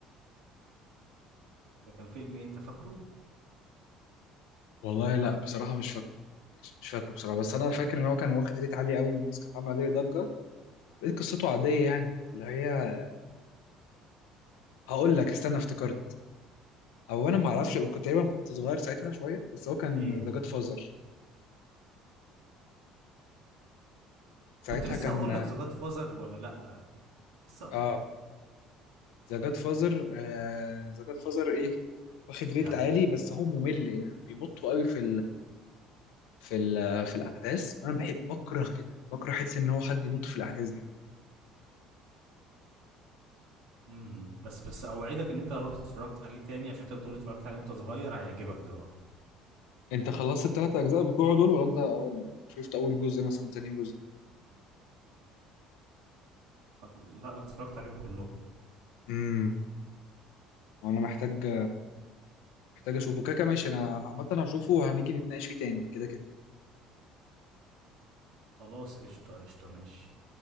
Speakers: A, on the right; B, on the left.
A: ده كان فيلم إيه انت فاكره
B: <laughs> والله لا بصراحه مش فاكره مش مش فاكره بصراحه بس انا فاكر ان هو كان واخد ريت عالي قوي والناس كانت عامله عليه ضجه لقيت قصته عاديه يعني اللي هي هقول لك استنى افتكرت او انا ما اعرفش كنت تقريبا كنت صغير ساعتها شويه بس هو كان
A: ايه
B: ذا جاد فازر ساعتها
A: كنت لسه
B: كان
A: هقول لك ذا جاد فازر ولا لا لسه هقول
B: اه
A: لك
B: ذا جاد فازر ذا جاد فازر ايه واخد ريت
A: يعني
B: عالي بس هو ممل يعني. بيمطوا قوي في في ال- في الاحداث وانا بحب بكره كده بكره حس ان هو حد ينط في الاحداث دي
A: امم بس بس اوعدك ان انت لو رحت اتفرجت عليه تاني عشان انت بتقول اتفرجت عليه وانت صغير هيعجبك دلوقتي
B: انت خلصت الثلاث اجزاء بتوعه دول ولا انت اول شفت اول جزء مثلا وتاني جزء
A: خل- لا اتفرجت عليهم كلهم
B: امم وانا محتاج محتاج اشوفه كاكا ماشي انا عامه هشوفه وهنيجي نتناقش فيه تاني كده كده
A: خلاص قشطه قشطه ماشي